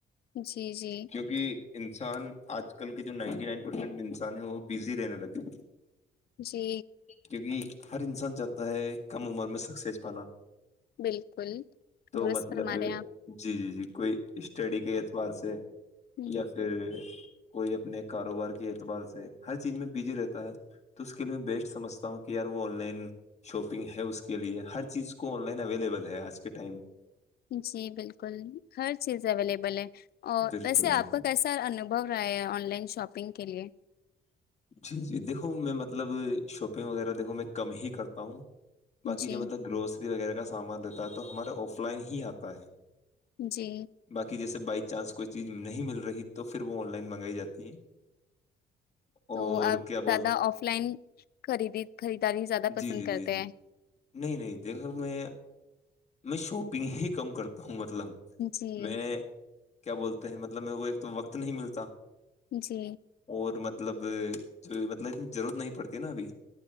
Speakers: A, on the left (about 55°); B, on the left (about 35°).
A: جی جی
B: کیونکہ انسان آج کل کے جو نائنٹی نائن پرسینٹ انسان ہے وہ بزی رہنے لگے
A: جی
B: کیونکہ ہر انسان چاہتا ہے کم عمر میں سکسیز پانا
A: بالکل
B: تو
A: درست
B: مطلب
A: فرما رہے ہیں آپ
B: جی جی جی کوئی اسٹڈی کے اعتبار سے
A: ہوں،
B: یا پھر کوئی اپنے کاروبار کے اعتبار سے ہر چیز میں بزی رہتا ہے تو اس کے لیے میں بیسٹ سمجھتا ہوں کہ یار وہ آن لائن شاپنگ ہے اس کے لیئے ہر چیز کو آن لائن اویلیبل ہے آج کے ٹائم
A: جی بالکل ہر چیز اویلیبل ہے اور
B: بالکل
A: ویسے آپ کا کیسا انوبھو رہا ہے آن لائن شاپنگ کے لیے
B: جی جی دیکھو میں مطلب شاپنگ وغیرہ دیکھو میں کم ہی کرتا ہوں باقی
A: جی
B: جو مطلب گروسری وغیرہ کا سامان دیتا ہے تو ہمارے آف لائن ہی آتا ہے
A: جی
B: باقی جیسے بائی چانس کوئی چیز نہیں مل رہی تو پھر وہ آن لائن منگائی جاتی ہے
A: تو
B: اور
A: آپ
B: کیا
A: زیادہ
B: بول
A: آف لائن خریدی خریداری زیادہ پسند
B: جی جی
A: کرتے
B: جی
A: ہیں
B: نہیں نہیں دیکھو میں میں شاپنگ ہی کم کرتا ہوں مطلب
A: جی
B: میں کیا بولتے ہیں مطلب میرے کو ایک تو وقت نہیں ملتا
A: جی
B: اور مطلب جو مطلب اتنی ضرورت نہیں پڑتی نا ابھی